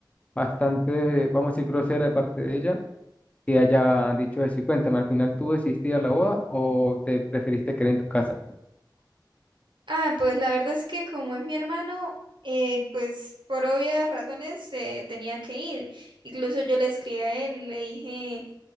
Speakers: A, on the left (about 15°); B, on the right (about 85°).
A: bastante, vamos a decir, grosera de parte de ella, que haya dicho eso y cuéntame, al final tú decidiste ir a la boda o te preferiste quedar en tu casa.
B: Ah, pues la verdad es que como es mi hermano, eh, pues por obvias razones eh, tenía que ir. Incluso yo le escribí a él y le dije,